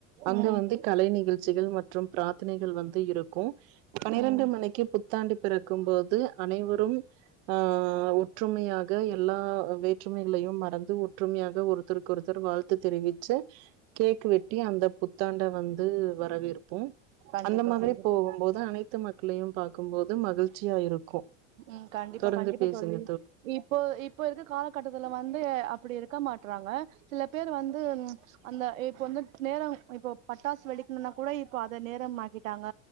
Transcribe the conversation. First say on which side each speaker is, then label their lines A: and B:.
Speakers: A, on the right; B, on the right.
A: அங்க
B: ம்
A: வந்து கலை நிகழ்ச்சிகள் மற்றும் பிரார்த்தனைகள் வந்து இருக்கு பன்னிரண்டு
B: ம்
A: மணிக்கு புத்தாண்டு பிறக்கும்போது அனைவரும் ஆ ஒற்றுமையாக எல்லா வேற்றுமைகளையும் மறந்து ஒற்றுமையாக ஒருத் த்தருக்கு ஒருத்தர் வாழ்த்து தெரிவிச்சு கேக் வெட்டி அந்த புத்தாண்ட வந்து வரவேற் போம்
B: கண்டிப்பா
A: அந்த மாதிரி
B: கண்டிப்பா
A: போகும்போது அனைத்து மக்களையும் பார்க்கும்போது மகிழ்ச்சியா இருக்கும்
B: ம் கண்டிப்பா
A: தொடர்ந்து
B: கண்டிப்பா
A: பேசுங்க
B: தோழி இப்ப இப்போ இருக்க காலகட்டத்துல வந்து அப்டி இருக்க மாட்டறாங்க சில பேர் வந்து அந்த இப்ப வந்து நேரம் இப்போ பட்டாசு வெடிக்கணுனா கூட இப்போ அத நேரம் ஆக்கிட்டாங்க